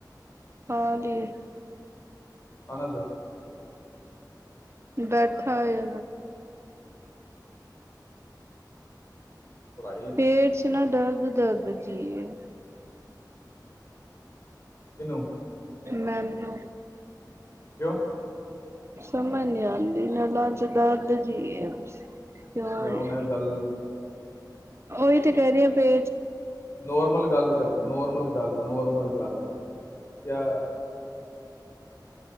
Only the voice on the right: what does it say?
ਹਾਂ ਜੀ।
ਬੈਠਾ ਏ
ਪੇਟ ਚ ਨਾ ਦਰਦ -ਦਰਦ ਜੀਏ।
ਮੈਨੂੰ
ਸਮਝ ਨੀਂ ਆਂਦੀ। ਨਾ ਲਾ ਚ ਦਰਦ ਕਿਉਂ
ਏ?
ਉਹੀ ਤੇ ਕਹਿ ਰਹੀ ਹੈ। ਪੇ